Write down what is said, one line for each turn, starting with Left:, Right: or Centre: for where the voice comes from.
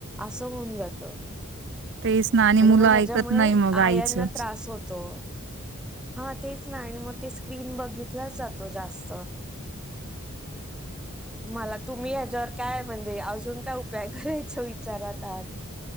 Centre: असं होऊन जात.
Right: तेच ना
Centre: आणि
Right: मुलं
Centre: मग
Right: ऐकत
Centre: ह्याच्यामुळे
Right: नाही मग
Centre: आईंना
Right: आईचं
Centre: त्रास होतो. हा तेच ना. आणि मग ते स्क्रीन बघितलाच जातो जास्त. मला तुम्ही हच्यावर काय म्हणजे अजून काय उपाय करायचे विचारात आहात?